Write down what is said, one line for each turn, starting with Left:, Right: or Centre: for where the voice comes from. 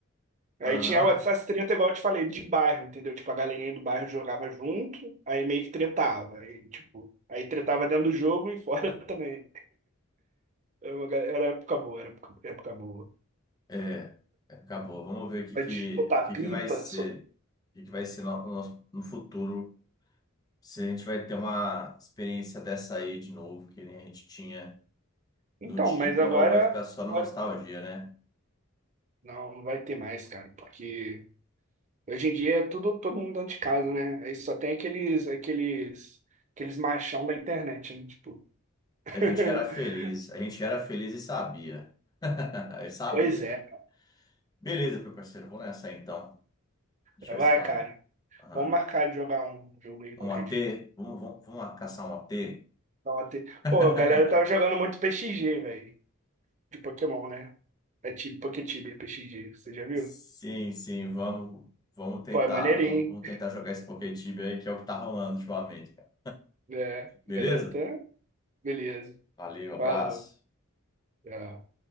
Right: Aí
Left: aham.
Right: tinha essas treta, igual eu te falei, de bairro, entendeu? Tipo, a galerinha do bairro jogava junto, aí meio que tretava. Aí, tipo, aí tretava dentro do jogo e fora <laughs> também. Era uma ga- era época boa, era época, época boa.
Left: É, é, acabou. Vamos ver
Right: Época
Left: o que, que,
Right: botar
Left: o que,
Right: pipa.
Left: que vai ser.
Right: sol-
Left: O que, que vai ser no, no nosso- no futuro. Se a gente vai ter uma experiência dessa aí de novo, que nem a gente tinha no
Right: Então,
Left: Tibia,
Right: mas agora,
Left: ou vai ficar só
Right: agora.
Left: na nostalgia, né?
Right: Não, não vai ter mais, cara, porque hoje em dia é tudo todo mundo dentro de casa, né? Aí só tem aqueles, aqueles, aqueles machão da internet, né? Tipo. <laughs>
Left: A gente era feliz, a gente era feliz e sabia. <laughs> Eu sabia,
Right: Pois é,
Left: cara. Beleza, meu parceiro, vamos nessa aí, então. A gente
Right: cara.
Left: vai
Right: Vai,
Left: se falando.
Right: cara.
Left: Aham.
Right: Vamos marcar de jogar um jogo aí qualquer
Left: Um OT?
Right: dia.
Left: Vamos, vamos, vamos caçar um OT?
Right: Ontem.
Left: <laughs>
Right: Pô, a galera tava jogando muito PXG, velho. De Pokémon, né? É tipo Poketibe, é PXG. Você já viu?
Left: Sim, sim, vamos, vamos tentar,
Right: Pô, é maneirinho.
Left: vamos vamos tentar jogar esse Poké Tibia aí, que é o que tá rolando ultimamente, cara.
Right: É,
Left: Beleza?
Right: a galera tá. Beleza.
Left: Valeu, abraço.
Right: Falou. Tchau.